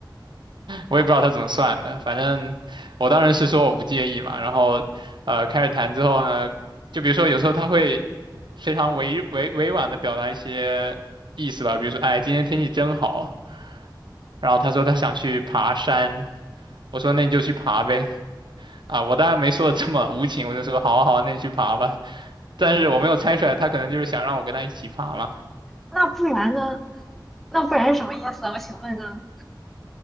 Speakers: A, on the right; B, in the centre.
A: 我也不知道他怎么算的，反正我当时是说我不介意嘛，然后呃开始谈之后呢，就比如说有时候他会非常委委委婉的表达一些意思吧，比如说哎今天天气真好，然后他说他想去爬山，我说那你就去爬呗，啊我当然没说的这么无情，我就说好啊好啊，那你去爬吧，但是我没有猜出来他可能就是想让我跟他一起爬嘛，
B: 那不然呢？那不然是什么意思啊我请问呢？